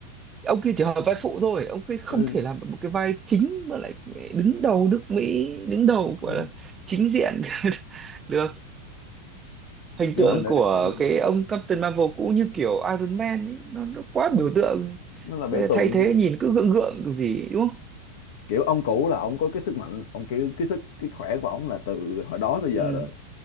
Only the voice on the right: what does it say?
ông kia chỉ hỏi vai phụ thôi ông kia không
thể làm được một cái vai chính mà lại đứng đầu nước Mỹ đứng đầu
gọi là chính diện <laughs> được hình
tượng
của
cái ông Captain Marvel cũ như kiểu Iron Man ấy nó, nó quá
biểu tượng
bây giờ
thay thế nhìn cứ gượng gượng kiểu gì ấy, đúng không
ừ,